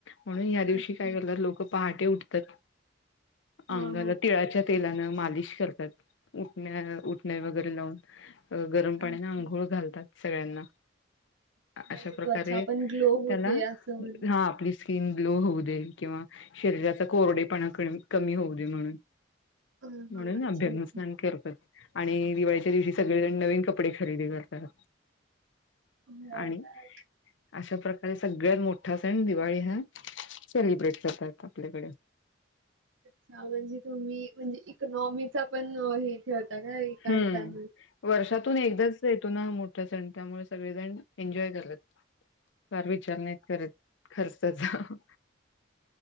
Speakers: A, on the left (about 70°); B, on the right (about 75°).
A: म्हणून या दिवशी
B: अच्छा
A: काय करतात लोक पहाटे उठतात.
B: हा
A: अंगाला
B: हा
A: तिळाच्या तेलान मालिश करतात उठण्या उठणे वगैरे लावून. गरम पाण्याने
B: अच्छा
A: आंघोळ घालतात सगळ्यांना.
B: म्हणजे
A: अशा प्रकारे
B: त्वचा पण ग्लो होऊ
A: त्याला
B: दे असं म्हण
A: हा आपली स्किन ग्लो होऊ दे किंवा शरीराचा कोरडेपणा कमी होऊ दे म्हणून.
B: ह हा
A: म्हणून
B: अच्छा
A: अभ्यंग
B: अच्छा
A: स्नान करतोय. आणि दिवाळीच्या दिवशी सगळेजण नवीन कपडे खरेदी करतात.
B: होय
A: आणि
B: काय?
A: अशा प्रकारे सगळ्यात मोठा सण दिवाळी हा सेलिब्रेट करतात आपल्याकडे.
B: छा म्हणजे तुम्ही म्हणजे इकनॉमीचा पण हे ठेवता काय?
A: हम्म
B: चालू
A: वर्षातून एकदाच य हा मोठा सण त्यामुळे सगळेजण एन्जॉय करत फार विचार नाही करत. खर्चाचं.